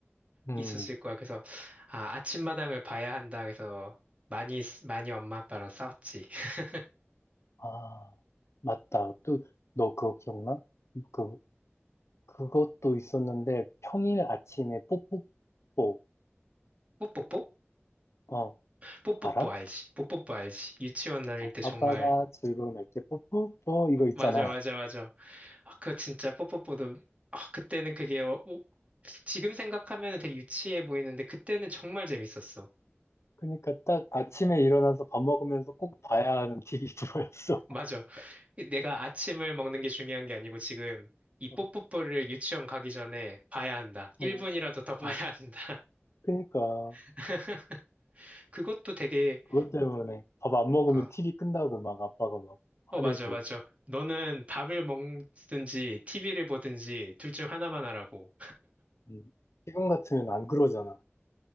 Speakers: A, on the left (about 80°); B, on the right (about 30°).
A: 음,
B: 있었을 거야. 그래서, 아, 아침마당을 봐야 한다. 그래서, 많이, 많이 엄마 아빠랑 싸웠지. <laughs>
A: 아, 맞다. 또, 너 그거 기억나? 그, 그것도 있었는데, 평일 아침에 뽀뽀뽀,
B: 뽀뽀뽀?
A: 어,
B: 뽀뽀뽀
A: 알아?
B: 알지? 뽀뽀뽀 알지? 유치원 다닐
A: 어,
B: 때 정말
A: 아빠가 즐거운 날때 뽀뽀뽀, 이거
B: 어,
A: 있잖아.
B: 맞아 맞아 맞아. 아, 그거 진짜 뽀뽀뽀도 아, 그때는 그게 어, 오- 지금 생각하면 되게 유치해 보이는데 그때는 정말 재밌었어.
A: 그러니까 딱 아침에 일어나서 밥 먹으면서 꼭 봐야 하는 TV 프로였어.
B: 맞아. 내가 아침을 먹는 게 중요한 게 아니고 지금 이 뽀뽀뽀를
A: <laughs>
B: 유치원 가기 전에 봐야 한다. 1분이라도
A: 어,
B: 더 봐야
A: 어, 어.
B: 한다.
A: 그러니까
B: <laughs> 그것도 되게
A: 그것 때문에 밥 안
B: 그러니까
A: 먹으면 TV 끈다고 막 아빠가 막 화내고.
B: 어 맞아 맞아. 너는 밥을 먹든지 TV를 보든지 둘 중 하나만 하라고.
A: 음. 지금 같으면 안 그러잖아.